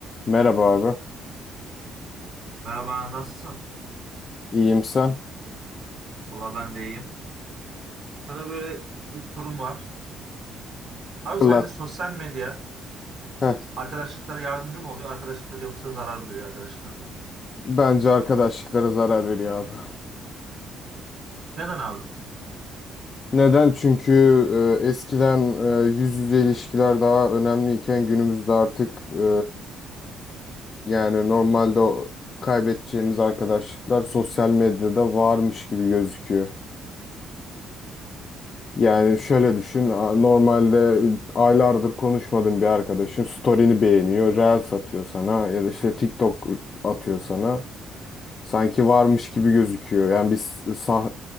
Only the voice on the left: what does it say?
Merhaba abi.
İyiyim sen?
Fırlat.
Heh,
bence arkadaşlıklara zarar veriyor abi.
Neden? Çünkü e, eskiden e, yüz yüze ilişkiler daha önemliyken günümüzde artık e, yani normalde o kaybedeceğimiz arkadaşlıklar sosyal medyada varmış gibi gözüküyor. Yani şöyle düşün, a- normalde aylardır konuşmadığın bir arkadaşın story'ini beğeniyor, reel satıyor sana ya da işte TikTok atıyor sana. Sanki varmış gibi gözüküyor. Yani biz sah